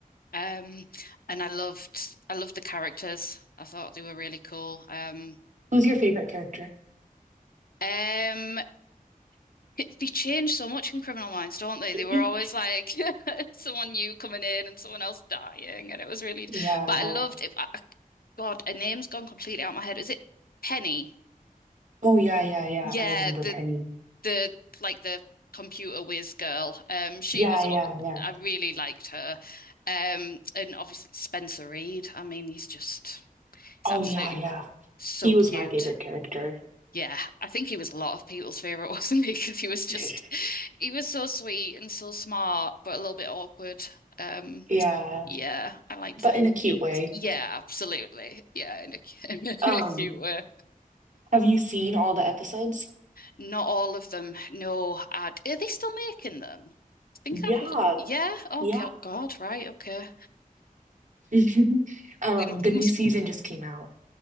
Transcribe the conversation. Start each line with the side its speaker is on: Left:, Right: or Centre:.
Left: Um, and I loved I loved the characters. I thought they were really cool. Um,
Right: Who's your favorite character?
Left: um, It- They change so much in Criminal Minds, don't they?
Right: <laughs>
Left: They were always like <laughs> someone new coming in and someone else dying, and it was really.
Right: Yeah.
Left: But I loved it. I, I- God, a name's gone completely out of my head. Is it Penny?
Right: Oh yeah, yeah, yeah.
Left: Yeah,
Right: I remember
Left: the
Right: Penny.
Left: the like the computer whiz girl. Um, she
Right: Yeah,
Left: was.
Right: yeah,
Left: uh,
Right: yeah.
Left: I really liked her. Um, and obviously Spencer Reid. I mean, he's just he's
Right: Oh
Left: absolutely
Right: yeah, yeah.
Left: so
Right: He was
Left: cute.
Right: my favorite character.
Left: Yeah, I think he was a lot of people's favorite, wasn't he? <laughs> Because he was just,
Right: <laughs>
Left: he was so sweet and so smart, but a little bit awkward. Um,
Right: Yeah,
Left: yeah, I liked
Right: but
Left: the whole
Right: in a cute
Left: geek.
Right: way.
Left: Yeah, absolutely. Yeah, in a, cu-
Right: Um,
Left: <laughs> in a cute way.
Right: have you seen all the episodes?
Left: Not all of them. No, ad. Are they still making them? I think
Right: Yeah,
Left: I've. lo- Yeah. Oh
Right: yeah.
Left: go- God. Right. Okay.
Right: <laughs> Um,
Left: They mu-
Right: the new
Left: must.
Right: season just came out.